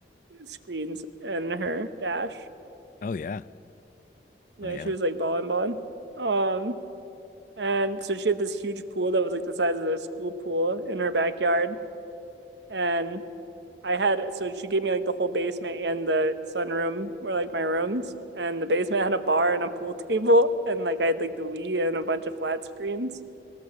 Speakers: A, on the right (about 75°); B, on the left (about 45°).
A: screens in her dash.
B: Oh yeah.
A: No,
B: Oh yeah.
A: she was like balling, balling. Um, and so she had this huge pool that was like the size of a school pool in her backyard. And I had, so she gave me like the whole basement and the sunroom were like my rooms. And the basement had a bar and a pool <laughs> table. And like I had like the Wii and a bunch of flat screens.